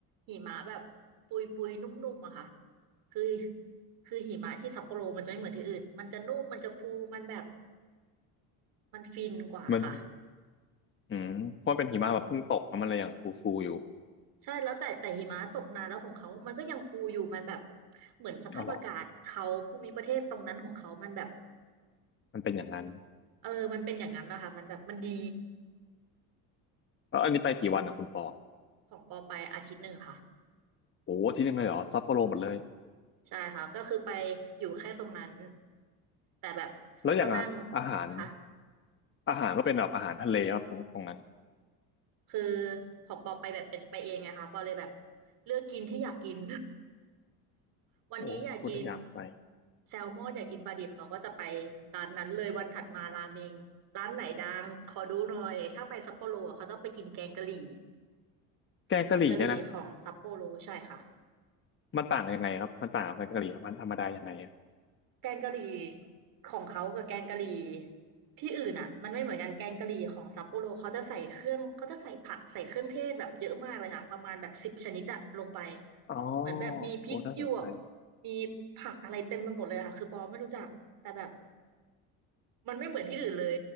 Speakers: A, on the right (about 65°); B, on the left (about 30°).
A: หิมะแบบปุยปุยนุ่มๆอะค่ะคือคือหิมะที่ซัปโปโรมันจะไม่เหมือนที่อื่นมันจะนุ่มมันจะฟูมันแบบมันฟินกว่าค่ะ
B: มันอืมเพราะมันเป็นหิมะแบบเพิ่งตกแล้วมันเลยยังฟูฟูอยู่
A: ใช่แล้วแต่แต่หิมะตกนานแล้วของเขามันก็ยังฟูอยู่มันแบบเหมือนสภาพอากาศเขาภูมิประเทศตรงนั้นของเขามันแบบ
B: อ๋อเหรอมันเป็นอย่างนั้น
A: เออมันเป็นอย่างนั้นนะคะมันแบบมันดี
B: แล้วอันนี้ไปกี่วันอ่ะคุณปอ
A: ของปอไปอาทิตย์หนึ่งค่ะ
B: โอ้โหอาที่นึงเลยเหรอซัปโปโรหมดเลย
A: ใช่ค่ะก็คือไปอยู่แค่ตรงนั้นแต่แบบก็นั่ง
B: แล้วอย่างอะอาหาร
A: ค่ะ
B: อาหารก็เป็นแบบอาหารทะเลครับตรงตรงนั้น
A: คือของปอไปแบบเป็นไปเองไงคะปอเลยแบบเลือกกินที่อยากกิน <laughs> วันนี้อยากกิน
B: โอ้คุณเลยอยากไป
A: แซลมอนอยากกินปลาดิบเราก็จะไปร้านนั้นเลยวันถัดมาราเมงร้านไหนดังขอดูหน่อยถ้าไปซัปโปโรอะเขาต้องไปกินแกงกะหรี่
B: แกงกะหรี่เนี่ยนะ
A: แกงกะหรี่ของซัปโปโรใช่ค่ะ
B: มันต่างกันยังไงครับมันต่างกับแกงกะหรี่มันธรรมดายังไง
A: แกงกะหรี่ของเขากับแกงกะหรี่ที่อื่นอ่ะมันไม่เหมือนกันแกงกะหรี่ของซัปโปโรเขาจะใส่เครื่องเขาจะใส่ผักใส่เครื่องเทศแบบเยอะมากเลยค่ะประมาณแบบสิบชนิดอะลงไป
B: อ๋อ
A: เหมือนแบบมีพริกหยวก
B: โอ้ น่าสนใจ
A: มีผักอะไรเต็มไปหมดเลยค่ะคือปอไม่รู้จักแต่แบบมันไม่เหมือนที่อื่นเลย